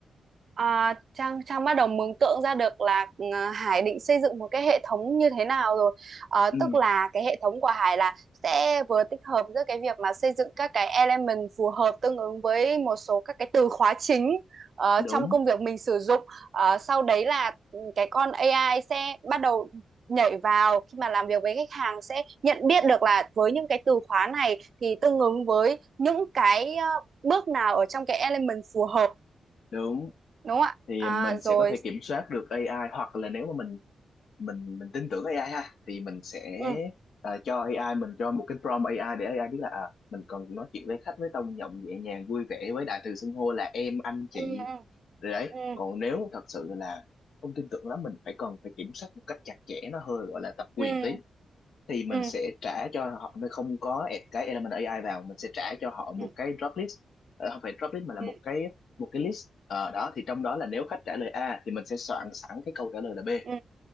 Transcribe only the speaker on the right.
À, Trang Trang bắt đầu mường tượng ra được là ờ, Hải định xây dựng một cái hệ thống như thế nào rồi Ờ, tức
là cái hệ thống của Hải là sẽ vừa tích hợp giữa cái việc mà xây dựng các cái element phù hợp tương ứng với một số các cái từ khóa chính ờ,
trong công việc mình sử dụng Ờ, sau đấy là ừ, cái con AI sẽ bắt đầu nhảy vào khi mà làm việc với khách hàng sẽ nhận biết được là với những cái từ khóa này thì tương ứng với những cái ờ, bước nào ở trong cái element phù hợp
đúng không ạ
à,
rồi
ừ
ừ
ừ
ừ
ừ
ừ
ừ
ừ
ừ.